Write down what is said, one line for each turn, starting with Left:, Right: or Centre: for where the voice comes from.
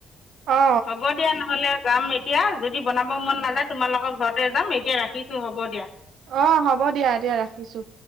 Right: অ
Left: হ'ব দিয়া নহলে। যাম এতিয়া যদি বনাব মন নাযায় তোমালোকৰ ঘৰতে যাম এতিয়া ৰাখিছো হ'ব দিয়া।
Right: অ হ'ব দিয়া এতিয়া ৰাখিছো।